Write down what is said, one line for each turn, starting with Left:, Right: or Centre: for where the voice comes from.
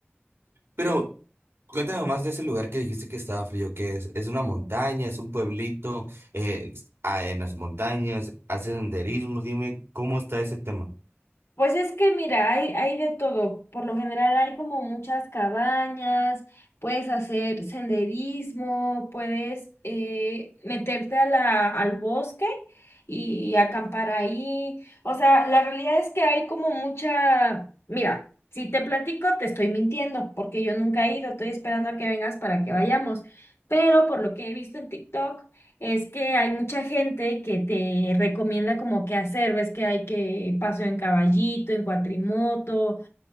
Right: Pero cuéntame más de ese lugar que dijiste que estaba frío, que es, es una montaña, es un pueblito, eh, ah, en las montañas, hace senderismo, dime cómo está ese tema.
Left: Pues es que mira, hay, hay de todo. Por lo general hay como muchas cabañas, puedes hacer senderismo, puedes eh, meterte a la, al bosque y acampar ahí. O sea, la realidad es que hay como mucha... Mira, si te platico, te estoy mintiendo, porque yo nunca he ido, estoy esperando a que vengas para que vayamos. Pero por lo que he visto en TikTok... Es que hay mucha gente que te recomienda como qué hacer, ves que hay que paso en caballito, en cuatrimoto.